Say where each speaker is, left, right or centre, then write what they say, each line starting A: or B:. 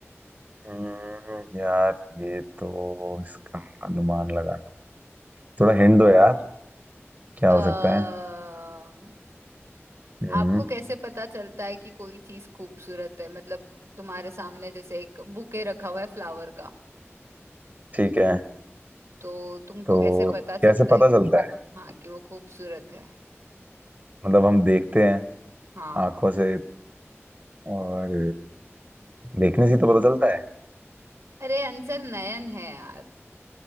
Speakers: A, on the right; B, on the right.
A: हम्म, यार ये तो इसका अनुमान लगाना थोड़ा हिंट दो यार क्या हो
B: अः
A: सकता है हम्म
B: आपको कैसे पता चलता है कि कोई चीज खूबसूरत है मतलब तुम्हारे सामने जैसे एक बुके रखा हुआ है फ्लावर का
A: ठीक है
B: तो तुमको
A: तो
B: कैसे पता चलता
A: कैसे
B: है
A: पता चलता है
B: हाँ कि वो खूबसूरत है
A: मतलब हम देखते हैं
B: हाँ
A: आंखों से और देखने से ही तो पता चलता है
B: अरे आंसर नयन है यार